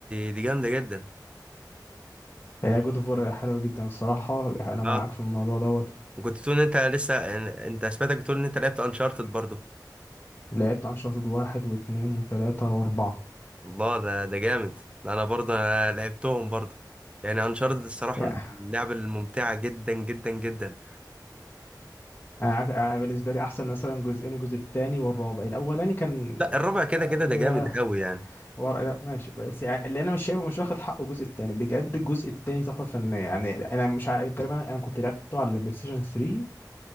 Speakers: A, on the right (about 15°); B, on the left (about 30°).
A: دي جامده جدا
B: هي جود اوف وور حلوه جدا الصراحه انا
A: اه
B: معاك في الموضوع دوت
A: وكنت بتقول ان انت لسه انت سمعتك بتقول ان انت لعبت انشارتد برضو
B: لعبت انشارتد واحد واثنين وثلاثه واربعه
A: الله ده ده جامد ده انا برضو أنا لعبتهم برضو يعني انشارتد الصراحه
B: يعني
A: من اللعب الممتعه جدا جدا جدا
B: انا أنا بالنسبه لي احسن مثلا جزئين الجزء الثاني والرابع الاولاني كان
A: لا الرابع
B: آه،
A: كده كده ده جامد قوي يعني
B: هو رأي لا ماشي بس يعني اللي انا مش شايفه مش واخد حقه الجزء التاني بجد الجزء التاني تحفه فنيه يعني انا مش عارف تقريبا انا كنت لعبته على البلاي ستيشن 3